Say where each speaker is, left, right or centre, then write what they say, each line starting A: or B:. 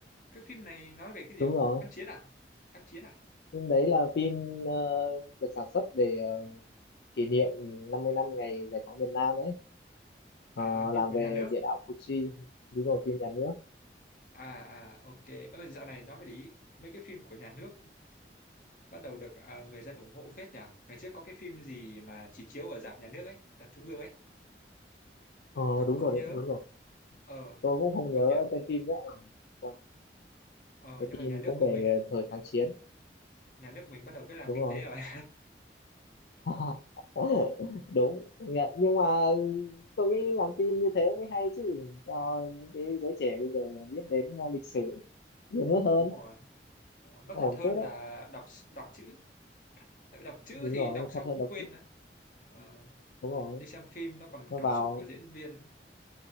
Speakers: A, on the left; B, on the left.
A: cái phim này nói về cái gì
B: đúng
A: không
B: rồi
A: kháng chiến à kháng chiến à
B: phim đấy là phim ờ, được sản xuất để ờ, kỷ niệm 50 năm ngày giải phóng miền Nam đấy Ờ,
A: à phim
B: làm
A: của
B: về
A: nhà nước
B: địa đạo Củ Chi đúng rồi phim nhà nước
A: à à ok ơ dạo này nói về lý mấy cái phim của nhà nước bắt đầu được à, người dân ủng hộ phết nhỉ ngày trước có cái phim gì mà chỉ chiếu ở rạp nhà nước ấy rạp trung ương ấy
B: Ờ,
A: tôi cũng
B: đúng
A: không
B: rồi
A: nhớ
B: đúng rồi
A: ờ
B: tôi cũng không
A: công
B: nhớ
A: nhận
B: tên phim nữa Ừ, còn
A: ờ
B: cái
A: nhưng mà
B: phim
A: nhà nước
B: cũng
A: của
B: về
A: mình
B: thời kháng chiến
A: nhà nước mình bắt đầu biết làm
B: đúng
A: kinh
B: rồi
A: tế rồi <laughs>
B: <laughs> đúng công nhận nhưng mà tôi nghĩ làm phim như thế mới hay chứ cho những cái giới trẻ bây giờ biết đến uh, lịch sử nhiều nước hơn
A: đúng rồi, đúng rồi. nó
B: ổn
A: thật hơn
B: phết đấy
A: là đọc đọc chữ tại vì đọc chữ
B: đúng
A: thì
B: rồi
A: đọc xong
B: thật hơn
A: cũng
B: đọc
A: quên
B: chữ
A: đấy ờ
B: đúng rồi
A: đi xem phim nó còn
B: nó
A: cảm
B: vào
A: xúc của diễn viên